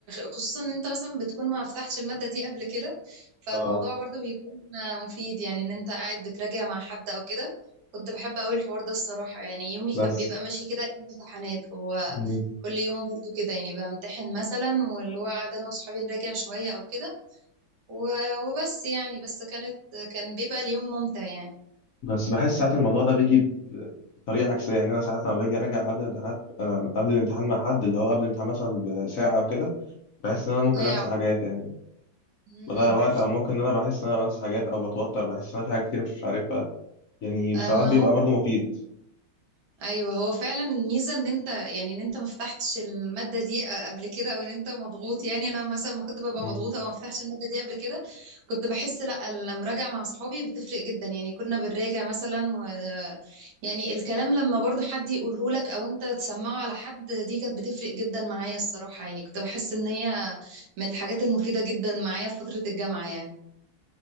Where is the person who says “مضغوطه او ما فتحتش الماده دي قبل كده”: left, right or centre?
Right